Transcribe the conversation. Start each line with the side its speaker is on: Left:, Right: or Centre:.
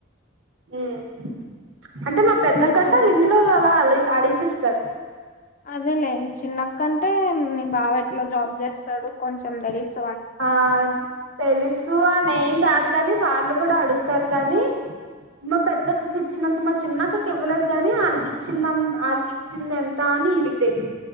Right: ఉమ్ అంటే మా పెద్ద
Left: మీ
Right: కంటై
Left: చెన్
Right: వాళ్ళ ఇంట్లో వాళ్ళు అలా అ అడిపిస్తారు
Left: అదేలే చిన్నక్కంటే మీ బావ ఎట్లా జాబ్ చేస్తాడు కొంచెం తెలిస్త
Right: ఆ తెలుసు అనే ఏం కాదు కాని వాళ్ళు కూడా అడుగుతారు కానీ మా పెద్దక్కకి ఇచ్చినంత మా చిన్నక్కకి ఇవ్వలేదు కాగాని వాళ్ళకి ఇచ్చిందంత వాళ్ళకి ఇచ్చింది ఎంత అని ఇళ్ళకు తెలిదు